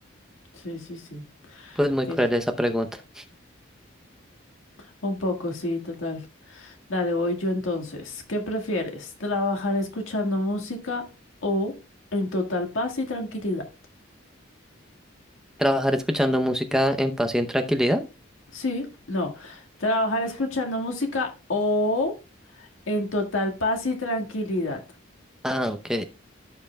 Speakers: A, on the left; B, in the centre.
A: Sí, sí, sí.
B: Pues muy
A: que
B: cruel
A: el-
B: esa pregunta.
A: Un poco, sí, total. Dale, voy yo entonces. ¿Qué prefieres? ¿Trabajar escuchando música o en total paz y tranquilidad?
B: ¿Trabajar escuchando música en paz y en tranquilidad?
A: Sí, no. Trabajar escuchando música o en total paz y tranquilidad.
B: Ah, ok.